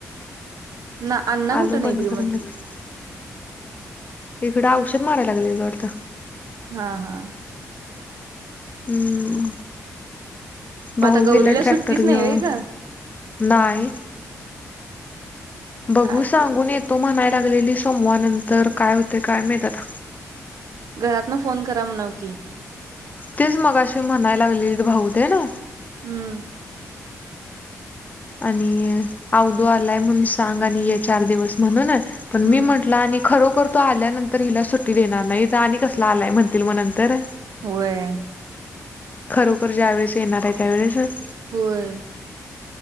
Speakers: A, on the right; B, on the left.
A: ना अण्णा कुठं
B: आलो
A: नाहीत
B: बंद
A: ग
B: करून
A: मधी
B: लगी. इकडं औषध मारायला लागलेत वाटतं.
A: हा हा.
B: हम्म.
A: मग
B: भाऊ
A: आता गौरीला
B: गेला ट्रॅक्टर
A: सुट्टीच
B: घेऊन,
A: नाही व्हय ग
B: नाही. बघू
A: काय
B: सांगून
A: ग
B: येतो म्हणाय लागलेली सोमवार नंतर काय होतेय काय माहित आता.
A: घरातनं फोन करा म्हणाव की.
B: तेच मगाशी म्हणाय लागलेलीत भाऊ ते ना.
A: हम्म
B: आणि आवदू आलाय म्हणून सांग आणि ये चार दिवस म्हणून अ. पण
A: हम्म
B: मी म्हटलं आणि खरो करतो आल्यानंतर हिला सुट्टी देणार नाही, इथं आणि कसला आलाय म्हणतील मग नंतर.
A: व्हय.
B: खरोखर ज्यावेेळेस येणार हाय त्यावेेळेस
A: होय